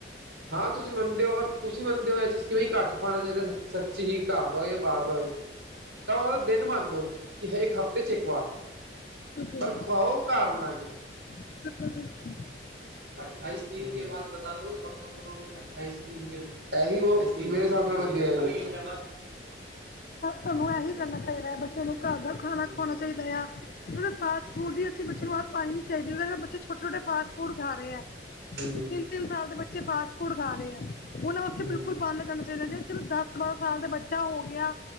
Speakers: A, on the right; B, on the left.
A: ਹਾਂ ਤੁਸੀਂ ਮੰਨਦੇ ਹੋ ਤੁਸੀਂ ਮੰਨਦੇ ਹੋ ਇਹ ਚੀਜ਼ ਕਿਵੇਂ ਘੱਟ ਖਵਾਣਾ ਚਾਹੀਦਾ ਸੱਚੀ ਹੀ ਘਰ ਦਾ ਹੋਏ ਜਾਂ ਬਾਹਰ ਦਾ ਹੋਏ ਤਾਂ ਉਹਨਾਂ ਦਾ ਦਿਨ ਬਣ ਦਉ ਕਿ ਇੱਕ ਹਫ਼ਤੇ ਚ ਇੱਕ ਵਾਰ ਖਾ,
B: ਬਿਲਕੁਲ
A: ਪਰ ਖਵਾਓ ਘਰ ਬਣਾ ਕੇ
B: ਬਿਲਕੁਲ ਬਿਲਕੁਲ
A: ਅਠਾਈਸ ਤੀਨ ਕੇ ਬਾਦ ਬਤਾ ਦੋਗੇ ਕਬ ਕਬ ਜਮਾ ਹੋਏ। ਇਹੀ ਨੇ ਮੇਰੇ ਹਿਸਾਬ ਨਾਲ <unintelligible> ਪੂਰੇ ਨਾ ਕਰ।
B: ਸਾਨੂੰ ਇਹੀ ਕਰਨਾ ਚਾਹੀਦਾ ਆ ਬੱਚਿਆਂ ਨੂੰ ਘਰ ਦਾ ਖਾਣਾ
A: ਹਮ
B: ਖਵਾਣਾ ਚਾਹੀਦਾ ਆ ਮਤਲਬ ਫਾਸਟ ਫੂਡ ਦੀ ਅਸੀਂ ਬੱਚੇ ਨੂੰ ਹੱਥ ਪਾਣੀ ਨੀ ਚਾਹੀਦੀ ਬੱਚੇ ਛੋਟ-ਛੋਟੇ ਫਾਸ ਫੂਡ ਖਾ ਰਹੇ ਐ।
A: ਹਮ
B: ਤਿੰਨ-ਤਿੰਨ ਸਾਲ ਦੇ ਬੱਚੇ ਫਾਸਟ ਫੂਡ ਖਾ ਰਹੇ ਉਹਨਾਂ ਵਾਸਤੇ
A: ਹਮ
B: ਬਿਲਕੁਲ ਬੰਦ ਕਰਨਾ ਚਾਹੀਦਾ ਜੇ ਚਲੋ ਦਸ-ਬਾਰਾਂ ਸਾਲ ਦਾ ਬੱਚਾ ਹੋ ਗਿਆ